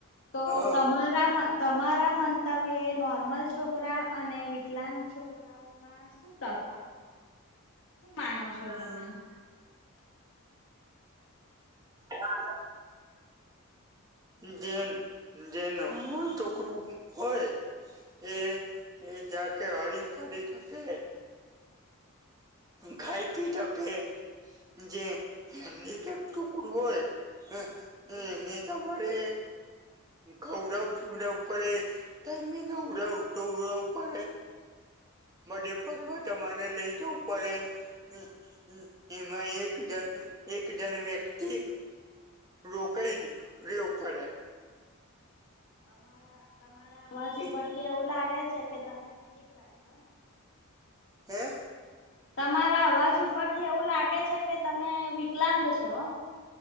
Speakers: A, on the left; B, on the right.
A: તો
B: હા
A: તમારામાં તમારા મંતવ્ય એ નોર્મલ છોકરા અને વિક કલાંગ છોકરાઓમાં શું તફાવત છે? શું
B: હા.
A: માનો છો તમે <inaudible>
B: હા જેન જેન હો ચોકરું હોય એ એ જાતે હરી ફરી શકે ખાઈ પી તકે જે હેન્ડી કેપ ટુકડું હોય હ હ નહી તમારે ખવડાવું પીવડાવું પડે ટાઈમે નવડવું ધોવાળાવું પડે બધે પર્વ તમારે લઈ જવું પડે હમ એમાં એક જન એક જન વ્યક્તિ રોકાઈ રહેવું પડે
A: તમારા તમારા અવાજ
B: હે
A: ઉપરથી એવું લાગે છે કે તમે હેન્ડીક્રાફ્ટ છો ને
B: હે
A: તમારા અવાજ ઉપરથી એવું લાગે છે કે તમે વિકલાંગ છો